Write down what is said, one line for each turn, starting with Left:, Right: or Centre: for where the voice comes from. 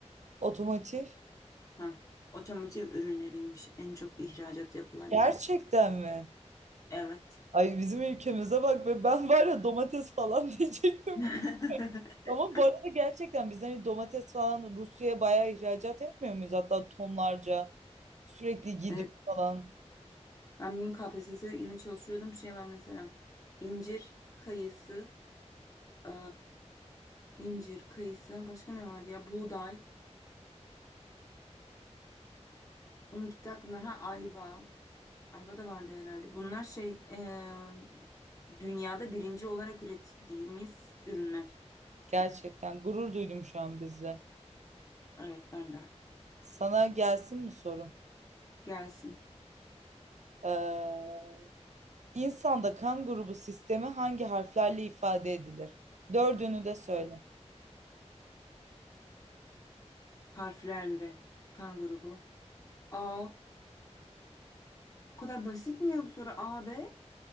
Right: otomotiv.
Left: Ha, otomotiv ürünleriymiş. En çok ihracat yapılan
Right: Gerçekten
Left: ürün.
Right: mi?
Left: Evet.
Right: Ay bizim ülkemize bak be ben var ya domates falan <laughs> diyecektim.
Left: <laughs>
Right: Ama bu arada gerçekten biz hani domates falan Rusya'ya bayağı ihracat yapmıyor muyuz? Hatta tonlarca sürekli gidiyor
Left: Evet.
Right: falan.
Left: Ben bugün KPSS yine çalışıyordum. Şey var mesela. İncir, kayısı, Ee, incir, kayısı. Başka ne vardı ya? Buğday. Onun gitti aklımdan. Ha ayva. Ayva da vardı herhalde. Bunlar şey ee, dünyada birinci olarak üretildiğimiz ürünler.
Right: Gerçekten gurur duydum şu an bizle.
Left: Evet ben de.
Right: Sana gelsin mi sorum?
Left: Gelsin.
Right: Ee, insanda kan grubu sistemi hangi harflerle ifade edilir? Dördünü de söyle.
Left: Harflerle. Kan grubu. A. Bu kadar basit mi ya bu soru? A, B.